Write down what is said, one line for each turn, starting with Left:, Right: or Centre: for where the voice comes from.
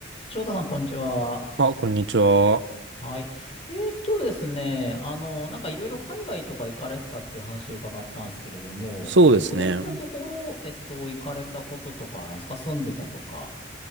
Left: 翔太さん、こんにちは。
Right: あ、こんにちは。
Left: はい。えーっとですね、あの、なんかいろいろ海外とか行かれてたっていう話を伺ったんですけれども、
Right: そうですね。
Left: どういったところ、えっと、行かれたこととかあるんですか住んでたとか。